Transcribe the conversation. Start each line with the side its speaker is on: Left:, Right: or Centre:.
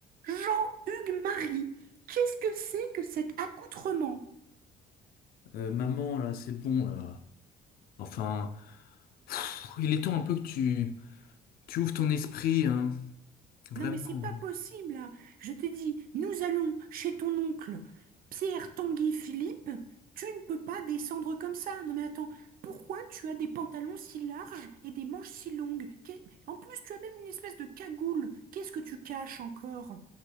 Right: Jean-Hugues Marie, qu'est-ce que c'est que cet accoutrement?
Left: Euh, maman, là, c'est bon, là. Enfin, pff, il est temps un peu que tu, tu ouvres ton esprit, hein. Vraiment.
Right: Non mais c'est pas possible là. Je te dis, nous allons chez ton oncle Pierre Tanguy Philippe. Tu ne peux pas descendre comme ça. Non mais attends, pourquoi tu as des pantalons si larges et des manches si longues? Qu'est- En plus, tu as même une espèce de cagoule. Qu'est-ce que tu caches encore?